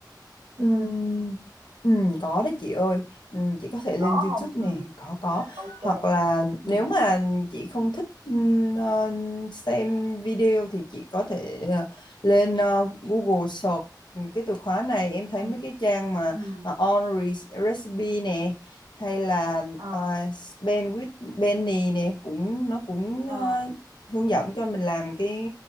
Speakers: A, on the left (about 80°); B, on the right (about 85°).
A: Ừm,
B: Ừ.
A: ừm, có đấy chị ơi Ừm, chị có thể lên
B: Có
A: YouTube
B: không?
A: nè
B: Ừ,
A: có có
B: OK
A: hoặc là
B: em. Ừ,
A: nếu mà chị không thích ừm, ờ, xem video thì chị có thể ờ, lên ờ, Google search ừm, cái từ khóa này em thấy
B: ừ,
A: mấy cái trang mà
B: Ừm.
A: ờ, on Re- recipe nè hay là
B: Ờ,
A: uh, Ben with Benny nè cũng nó cũng
B: ờ,
A: ờ, hướng dẫn cho mình làm cái